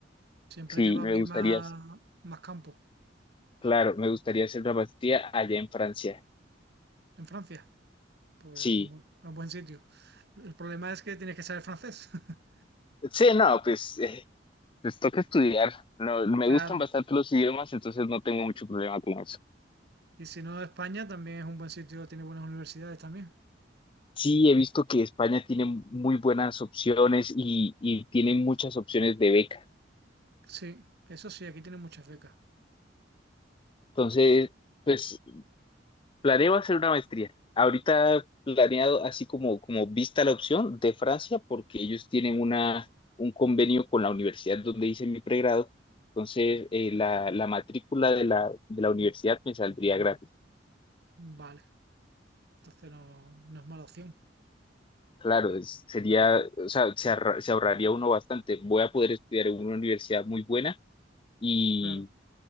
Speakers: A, on the right; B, on the left.
A: Siempre
B: Sí,
A: te va a
B: me
A: abrir
B: gustaría,
A: más, más campo.
B: claro, me gustaría hacer una maestría allá en Francia.
A: En Francia, pues
B: Sí,
A: un buen, un buen sitio. El problema es que tienes que saber francés. <laughs>
B: sí, no, pues, eh, pues toca estudiar. No, me
A: Claro.
B: gustan bastante los idiomas, entonces no tengo mucho problema con eso.
A: Y si no, España también es un buen sitio, tiene buenas universidades también.
B: Sí, he visto que España tiene muy buenas opciones y, y tiene muchas opciones de beca.
A: Sí, eso sí, aquí tiene muchas becas.
B: Entonces, pues Planeo hacer una maestría. Ahorita planeado así como, como vista la opción de Francia, porque ellos tienen una, un convenio con la universidad donde hice mi pregrado. Entonces, eh, la, la matrícula de la, de la universidad me saldría gratis.
A: Vale, entonces no, no es mala opción.
B: Claro, es- sería, o sea, se, ahorra- se ahorraría uno bastante. Voy a poder estudiar en una universidad muy buena y
A: Claro.